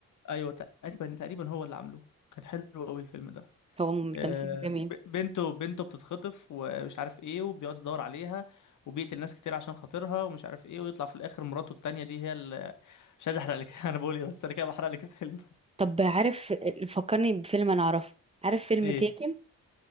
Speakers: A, on the left (about 65°); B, on the right (about 20°).
A: ايوه تقريبا تقريبا هو اللي عامله كان حلو قوي الفيلم ده
B: هو م- تمثيله
A: آه،
B: جميل
A: ب- بنته بنته بتتخطف ومش عارف ايه وبيقعد يدور عليها وبيقتل ناس كتير عشان خاطرها ومش عارف ايه ويطلع في الاخر مراته التانية دي هي اللي مش عايز احرق لك <laughs> انا بقول ايه بس انا كده بحرق لك الفيلم
B: طب عارف فكرني بفيلم انا اعرفه عارف فيلم
A: ايه
B: تيكن